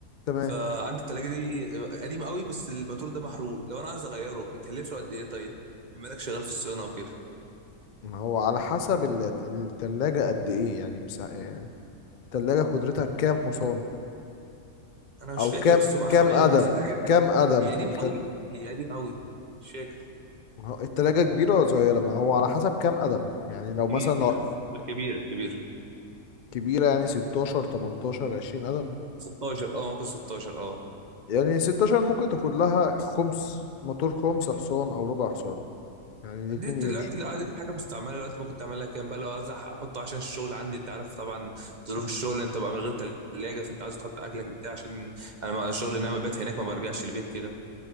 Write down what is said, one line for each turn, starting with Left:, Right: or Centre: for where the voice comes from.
Left: تمام
Right: فعندي التلاجة دي قديمه قوي بس الماتور ده محروق لو انا عايز اغيره بيكلف له قد ايه طيب بما انك شغال في الصيانه وكده
Left: ما هو على حسب ال- التلاجة قد ايه يعني مسا... يعني التلاجة قدرتها كام حصان
Right: انا مش
Left: او
Right: فاكر
Left: كام
Right: بس تبقى
Left: كام
Right: حوالي
Left: قدم
Right: بس حاجه
Left: كام قدم
Right: هي قديمه
Left: التل...
Right: قوي هي قديمه قوي مش فاكر
Left: ما هو التلاجة كبيرة ولا صغيرة ما هو على حسب كام قدم يعني لو مثلا
Right: كبير
Left: لو
Right: لا كبير كبير
Left: كبيرة يعني 16 18 20 قدم
Right: 16 اه ممكن 16 اه
Left: يعني 16 ممكن تاخد لها خمس موتور خمس حصان أو ربع حصان يعني الاتنين
Right: دي دلوقتي
Left: يمشوا
Right: لو عايز اجيب حاجه مستعمله دلوقتي ممكن تعملها كام بقى لو عايز احطه عشان الشغل عندي انت عارف طبعا ظروف الشغل انت بقى من غير ثلاجه فانت عايز تحط اكلك بتاع عشان انا ما- الشغل ان انا ببات هناك ما برجعش البيت كده